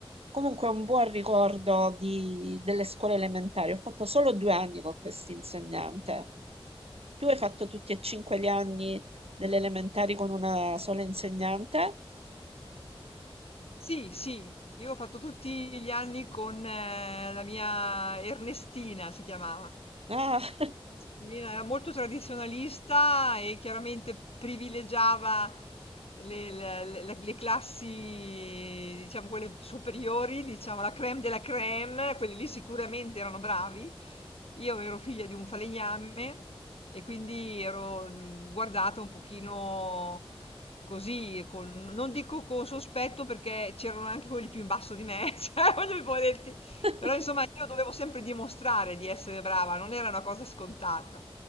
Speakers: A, on the right (about 80°); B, on the left (about 80°).
A: Comunque è un buon ricordo di- delle scuole elementari. Ho fatto solo due anni con questa insegnante. Tu hai fatto tutti e cinque gli anni delle elementari con una sola insegnante?
B: Sì, sì, io ho fatto tutti gli anni con eh, la mia Ernestina, si chiamava.
A: Ah,
B: Eh, sì, era molto tradizionalista e chiaramente privilegiava le, le- le- le classi, diciamo, quelle superiori, diciamo, la crème della crème, quelli lì sicuramente erano bravi. Io ero figlia di un falegname e quindi ero mh, guardata un pochino così, con- non dico con sospetto perché c'erano anche quelli più in basso di me, <laughs> cioè, voglio
A: <laughs>
B: però insomma io dovevo sempre dimostrare di essere brava, non era una cosa scontata.